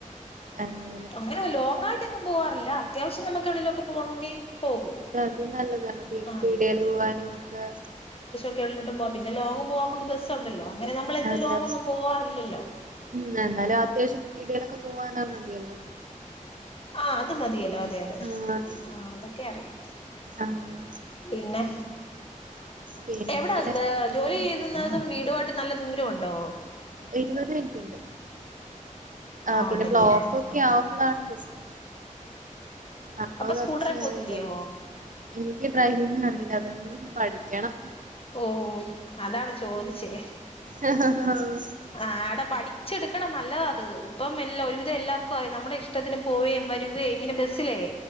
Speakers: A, on the right; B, on the left.
A: അങ്ങനെ
B: അങ്ങെനെ ലോങ്ങായിട്ട് എങ്ങും പോവാറില്ലാ അത്യാവശ്യം നമുക് എവ്ടേലൊക്കെ പോണാെങ്കി പോകും
A: ത് നല്ലതാണ് പീ
B: ആ
A: പീട്യേല് പോവാനും ഒക്കെ
B: ക്കെൽലോട്ടും പോവാ പിന്നെ ലോങ് പോവാൻ മ്ക്ക് ബെസ്സുണ്ടല്ലോ അങ്ങെനെ നമ്മളെന്നും
A: അതെ
B: ലോങ്ങാെന്നും
A: അതെ
B: പോവാറില്ലല്ലോ
A: ഉം എന്നാലും അത്യാവശ്യം പീട്യേലൊക്കെ പോവാനത് മത്യല്ലോ
B: ആഹ് അത് മതിയല്ലോ അതെ അതെ
A: ആഹ് അതെ
B: ആഹ് അതൊക്കെ അറിയാം
A: ആഹ്
B: പിന്നെ
A: പിന്നെ
B: എവിടാ ന്ത് ജോലി യ്യ്ത്‌ന്നതും വീടുവായിട്ട് നല്ല ദൂര ഉണ്ടോ
A: ഇര്പത് മിൻറ്റ്ണ്ട് ആഹ് പിന്നെ
B: ഉണ്ടല്ലയോ
A: ബ്ലോക്കാെക്കെ
B: ആഹ് ആഹ്
A: ആവുമ്പളാണ് പ്രസ് അപ്പൊ കൊറച്ച്ങ്ങെനെ
B: സ്കൂട്ടറിൽ പോത്തില്ലയോ
A: താകും എനിക്ക് ഡ്രൈവിംഗറീലാ അതാണ് പഠിക്ക്യണം
B: ഓഹ് അതാണോ ചോദിച്ചെ
A: ഉം
B: ആഹ് ആടെ പഠിച്ചെടുക്കണം നല്ലതാത് ഇപ്പം എല്ല ഒരുവിധം എല്ലാർ ക്കും അതേ നമ്മുടെ ഇഷ്ടത്തിന് പോവേം വരുവേം ഇങ്ങനെ ബെസ് സ്സിലേ